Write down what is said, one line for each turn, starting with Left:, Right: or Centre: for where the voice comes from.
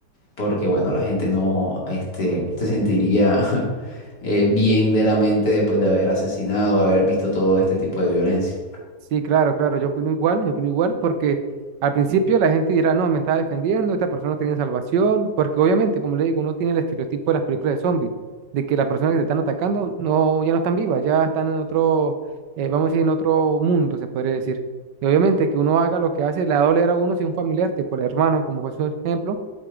Left: porque bueno, la gente no este, se sentiría <laughs> eh, bien de la mente después de haber asesinado, haber visto todo este tipo de violencia.
Right: Sí, claro, claro, yo opino igual, yo opino igual porque al principio la gente dirá, no, me está defendiendo, esta persona no tiene salvación, porque obviamente, como le digo, uno tiene el estereotipo de las películas de zombies, de que las personas que te están atacando no, ya no están vivas, ya están en otro, eh, vamos a decir, en otro mundo, se podría decir. Y obviamente que uno haga lo que hace, le va a doler a uno si un familiar, tipo el hermano, como fue su ejemplo,